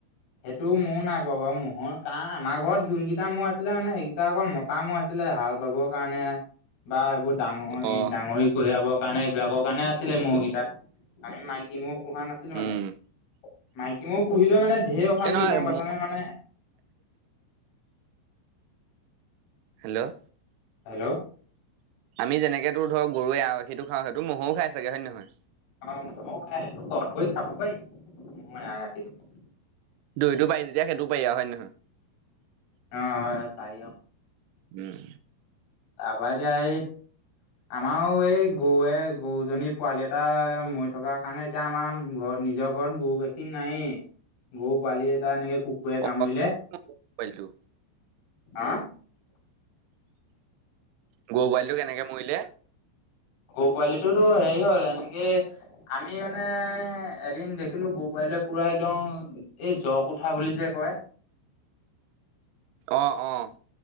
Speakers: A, on the left (about 75°); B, on the right (about 80°).
A: সেইটো ময়ো নাই পোৱা বাৰু মহৰ। কাৰ আমাৰ ঘৰত যোনকেইটা ম'হ আছিলে মানে সেইকেইটা অকল মতা মহ আছিলে, হাল বাবৰ কাৰণে। বা এইবোৰ ডাঙৰি,
B: অ'
A: ডাঙৰি কঢ়িয়াব। কাৰণে এইবিলাকৰ কাৰণে আছিলে মহকেইটা। আমি মাইকী ম'হ পোহা নাছিলো মানে।
B: উম
A: মাইকী ম'হ পুহিলেও মানে ঢেৰ অশান্তি
B: এ নহয়
A: গম পাইছনে
B: ম-
A: মানে।
B: হেল্ল'
A: হেল্ল'
B: আমি যেনেকে তোৰ ধৰ গৰুৰ এৰা গাখীৰটো খাওঁ সেইটো মহ'ৰো খাই ছাগে, হয় নে নহয়?
A: অ ম'হৰো খায় হেইটো। গম কৰি খাব পাৰি ম'হৰ এৰা গাখীৰটো।
B: দইতটো পাই যেতিয়া সেইটো পাৰি আৰু হয় নে নহয়?
A: অ, পাই অ।
B: উম।
A: তাৰপা এতিয়া এই আমাৰো এই গৰুৱে গৰুজনী পোৱালি এটা মৰি থকাৰ কাৰণে এতিয়া আমাৰ ঘ নিজৰ ঘৰত গৰু গাখীৰ নায়েই। গৰু পোৱালি এটা এনেকে কুকুৰে
B: অ'
A: কামুৰিলে।
B: পোৱালিটো
A: হা?
B: গৰু পোৱালিটো কেনেকে মৰিলে?
A: গৰু পোৱালিটোতো হেৰি হ'ল এনেকে আমি মানে এদিন দেখিলো গৰু পোৱালি পুৰা একদম এই জক উঠা বুলি যে কয়।
B: অ, অ।